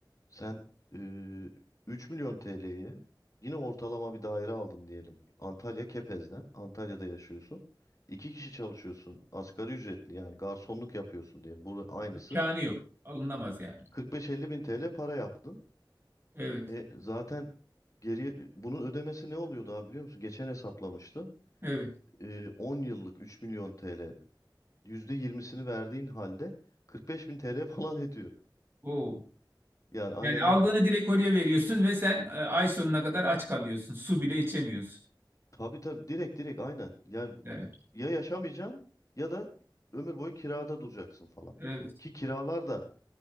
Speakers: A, on the left; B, on the right.
A: Sen e, 3 milyon TL'ye yine ortalama bir daire aldın diyelim. Antalya Kepez'den. Antalya'da yaşıyorsun. İki kişi çalışıyorsun. Asgari ücretli yani garsonluk yapıyorsun diye. Bu aynısı.
B: İmkanı yok. Alınamaz yani.
A: 45-50 bin TL para yaptın.
B: Evet.
A: E, zaten geri bunun ödemesi ne oluyordu abi biliyor musun? Geçen hesaplamıştım.
B: Evet.
A: E, 10 yıllık 3 milyon TL %20'sini verdiğin halde 45 bin TL <laughs> falan ediyor.
B: Oo.
A: Yani aynen
B: Yani
A: aynen.
B: aldığını direkt oraya veriyorsun ve sen e, ay sonuna kadar aç kalıyorsun. Su bile içemiyorsun.
A: Tabii tabii direkt direkt aynen. Ya
B: Evet.
A: ya yaşamayacaksın ya da ömür boyu kirada duracaksın falan.
B: Evet.
A: Ki kiralar da